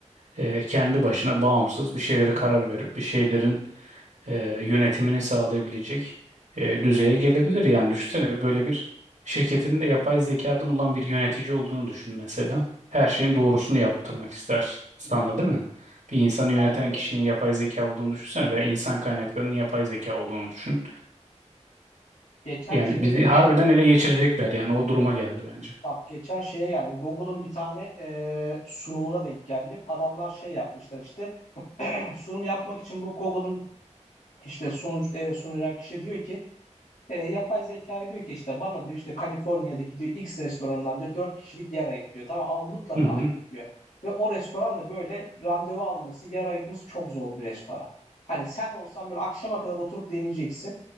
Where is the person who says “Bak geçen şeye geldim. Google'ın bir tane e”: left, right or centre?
Left